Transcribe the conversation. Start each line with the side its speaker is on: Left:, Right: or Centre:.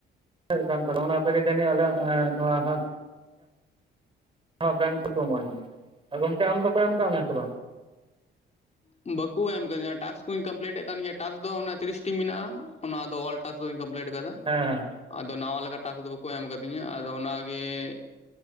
Right: ᱦᱮᱡ ᱠᱟᱱ ᱛᱟᱠᱚᱣᱟ᱾ ᱚᱱᱟ ᱚᱱᱠᱟ ᱜᱮ ᱡᱟᱹᱱᱤᱡ ᱟᱞᱮᱭᱟᱜ
Left: ᱚ
Right: ᱦᱚᱸ ᱮ ᱱᱚᱣᱟ ᱦᱚᱸ᱾ ᱦᱚᱸ ᱵᱮᱝᱠ ᱛᱮᱠᱚ ᱤᱢᱟᱹᱧᱟᱹ᱾ ᱟᱨ ᱜᱚᱝᱠᱮ ᱟᱢ ᱫᱚᱠᱚ ᱮᱢ ᱠᱟᱜ ᱢᱮᱭᱟ ᱥᱮ ᱵᱟᱝ?
Left: ᱵᱟᱹᱠᱩ ᱮᱢ ᱠᱟᱫᱤᱧᱟᱹ ᱴᱟᱥᱠ ᱠᱩᱧ ᱠᱚᱢᱯᱤᱞᱤᱴᱮ ᱠᱟᱱ ᱜᱮᱭᱟ, ᱴᱟᱥᱠ ᱫᱚ ᱚᱱᱟ ᱛᱤᱨᱤᱥ ᱴᱤ ᱢᱮᱱᱟᱜ-ᱟ᱾ ᱚᱱᱟ ᱫᱚ ᱚᱞ ᱴᱟᱥᱠ ᱫᱚᱧ ᱠᱚᱢᱯᱞᱮᱴ ᱟᱠᱟᱫᱟ᱾
Right: ᱦᱮᱸ ᱦᱮᱸ
Left: ᱟᱫᱚ ᱱᱟᱣᱟ ᱞᱮᱠᱟ ᱴᱟᱥᱠ ᱫᱚ ᱵᱟᱹᱠᱩ ᱮᱢ ᱟᱠᱟᱫᱤᱧᱟᱹ᱾ ᱟᱫᱚ ᱚᱱᱟᱜᱮᱻ